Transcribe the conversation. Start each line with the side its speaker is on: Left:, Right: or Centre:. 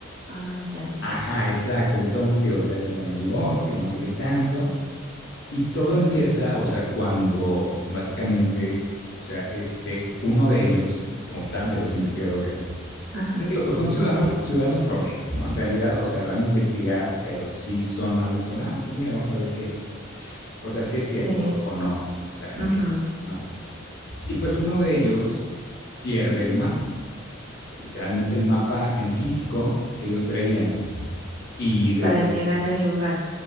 Right: ah, ya, ya.
Left: Ajá, exacto. Entonces, te digo, se adentran en el bosque y no sé qué tanto. Y todo empieza,
Right: ujú,
Left: o sea, cuando básicamente, o sea, este, uno de ellos, como tal, de los investigadores,
Right: Ajá,
Left: te digo, pues son ciudadanos, ciudadanos promedio, ¿no? En realidad, o sea, van a investigar, pero sí son más así como, ah, pues mira, vamos a ver qué, o sea, si es cierto
Right: sí.
Left: o no, o sea,
Right: ujú,
Left: la ley, ¿no? Y pues uno de ellos pierde el mapa, o sea, literalmente el mapa en físico que ellos traían y desde
Right: Para
Left: ahí
Right: llegar
Left: pues,
Right: al lugar.